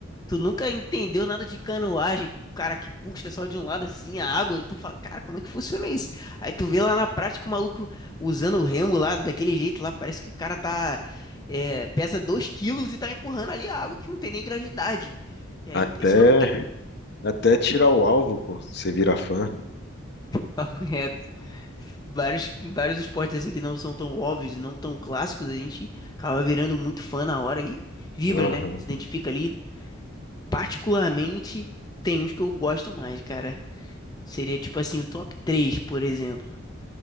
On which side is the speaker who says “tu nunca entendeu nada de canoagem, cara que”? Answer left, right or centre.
Left